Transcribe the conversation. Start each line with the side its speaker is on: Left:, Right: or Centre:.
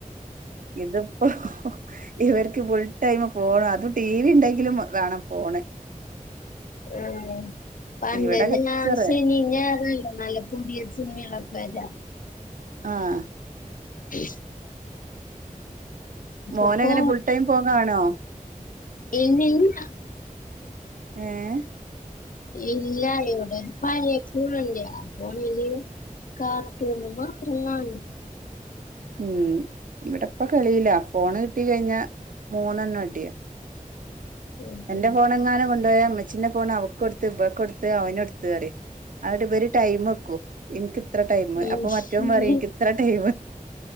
Right: ഇതിപ്പോ ഇവര്ക്ക് ഫുൾ ടൈമ് ഫോണ് അതും ടി വി ണ്ടെങ്കിലും വാണം ഫോണ്.
Left: ആണോ പണ്ടെല്ലാം
Right: ഇവിടെ കച്ചറ
Left: ഞാൻ ശനിം ഞായറും <unintelligible> നല്ല പുതിയേത് സിനിമയാളപ്പെരാ
Right: ആഹ്
Left: <unintelligible>
Right: മോനങ്ങനെ
Left: ഇപ്പൊ
Right: ഫുൾ ടൈം ഫോൺ കാണോ
Left: <unintelligible>
Right: ഏഹ്
Left: ഇല്ല്യ ഇവടൊരു പയേ ഫോണ് ണ്ട്. ആ <unintelligible> കാർട്ടൂൺ മാത്രം കാണും.
Right: ഉം ഇവടെപ്പ കളീല്ല. ഫോണ് കിട്ടി കഴിഞ്ഞ മൂന്നെണ്ണട്യാ.
Left: ഉം.
Right: എന്റെ ഫോണങ്ങാനും കൊണ്ടോയാ ഇമ്മച്ചിന്റെ ഫോണ് അവക്കൊട്ത്ത് ഇബക്കൊട്ത്ത് അവനൊട് ത്ത് പറിം. ആട്ബല് ടൈ മെക്കും. ഇൻക്ക്ത്ര ടൈം
Left: ഉം.
Right: അപ്പൊ മറ്റോം പറിം ഇൻക്ക് ത്ര ടൈമ്